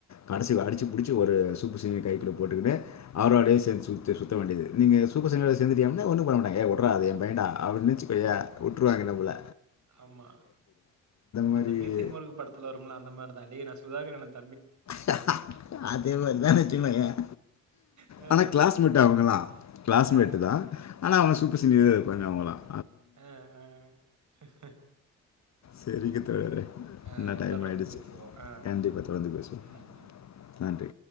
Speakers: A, on the left; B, on the right.
A: கடைசிவ
B: ம்
A: அடிச்சு பேடிச்சு
B: ம்
A: ஒரு பசங்க கைக்குள்ள போட்டுக்குன்னு அவரோடையே சேந்து சுத் <unintelligible> சுத்த வேண்டியது நீங்க சூப்பர் சினியர்ல சேந்துடியல்னா ஒன்னு பண்ணமாட்டாங்கா ஏ உர்ரா அது என் பையன்டா அப்டின்னு <unintelligible> உட்ருவாங்க நம்மல
B: ஆமா
A: மாதிரி
B: அந்த மீசி முருகு படத்துல வரும்ல அந்த மார் தா டே னாஸ் சுதாகரணத்
A: ஹ ஹ ஹ அதே மார் தா வச்சுகோயன்
B: அ,
A: ஆனா க்ளாஸ்மெட்ட அவுங்களா க்ளாஸ்மெட்டு்
B: அ, அ,
A: தா ஆனா அவங் சூப்பர் சீனியரா இருப்பாங்க அவுங்களா
B: ஆ, ஹ் ஆஹ் ஹ ஹ
A: சரிங்க
B: சேரி
A: தோழரே
B: சேரி செ ஆ
A: என்ன
B: நம்
A: டைம்
B: தொடர்ந்து
A: ஆயிடுச்சு
B: பேசுவோ ஆ
A: கண்டிப்பா
B: ஆ
A: தொடர்ந்து பேசுவோம்
B: ம் ம்
A: நன்றி